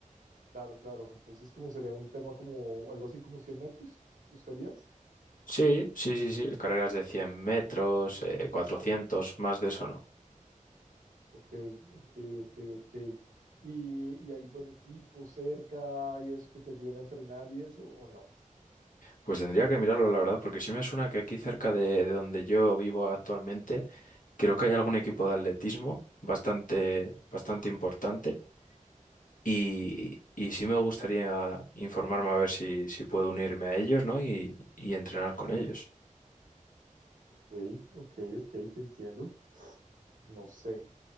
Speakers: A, on the right; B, on the left.
A: claro, claro. Entonces, ¿cómo sería un tema como algo así como 100 metros? ¿Buscarías?
B: Sí, sí, sí, sí, carreras de 100 metros, eh, 400, más de eso no.
A: Ok, ok, ok, ok. ¿Y, y hay buen equipo cerca y eso que te ayuden a entrenar y eso o no?
B: Pues tendría que mirarlo, la verdad, porque sí me suena que aquí cerca de, de donde yo vivo actualmente, creo que hay algún equipo de atletismo bastante, bastante importante y, y sí me gustaría informarme a ver si, si puedo unirme a ellos, ¿no? Y, y entrenar con ellos.
A: Ok, ok, ok, te entiendo. No sé.